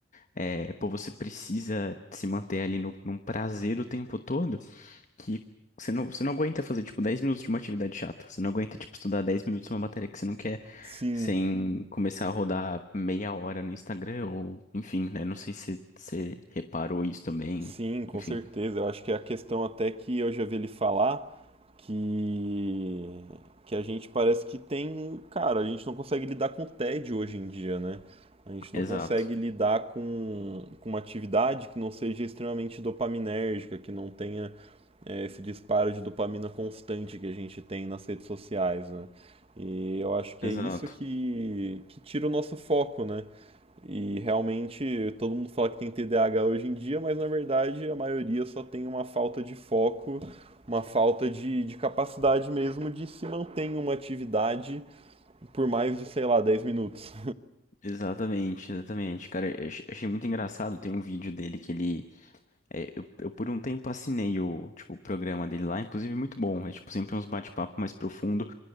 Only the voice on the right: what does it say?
Sim,
Sim, com
certeza. Eu acho que é a questão até que eu já vi ele falar que que a gente parece que tem, cara, a gente não consegue lidar com o tédio hoje em dia, né? A gente não
consegue lidar com, com uma atividade que não seja extremamente dopaminérgica, que não tenha é, esse disparo de dopamina constante que a gente tem nas redes sociais, né? E eu acho que
é isso que, que tira o nosso foco, né? E realmente todo mundo fala que tem TDAH hoje em dia, mas na verdade a maioria só tem uma falta de foco, uma falta de, de capacidade mesmo de se manter em uma atividade por mais de, sei lá, 10 minutos.